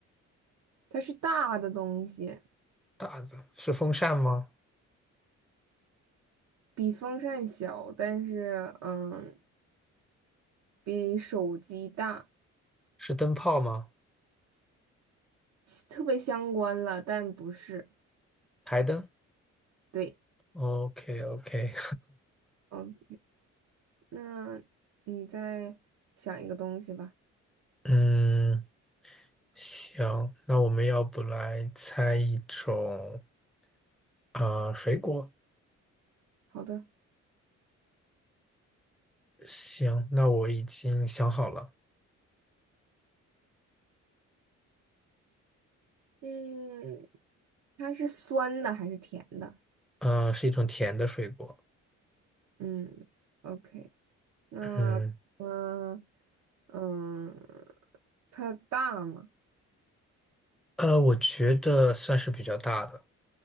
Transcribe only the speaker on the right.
它是大的东西，
比风扇小，但是嗯，比手机大，
特别相关了，但不是。
对，
嗯。那你再想一个东西吧。
好的，
嗯，它是酸的还是甜的？
嗯，OK，那嗯
嗯，它大吗